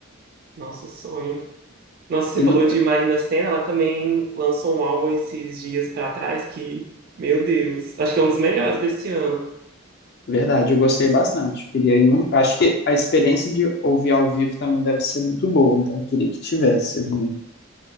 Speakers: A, on the right; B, on the left.
A: Nossa, sonho. Nossa, você
B: E
A: falou
B: não,
A: de Marina Sena, ela também lançou um álbum esses dias pra trás que, meu Deus, acho que é um dos melhores desse ano.
B: Verdade, eu gostei bastante. Queria ir num- Acho que a experiência de ouvir ao vivo também deve ser muito boa, então eu queria que tivesse algum-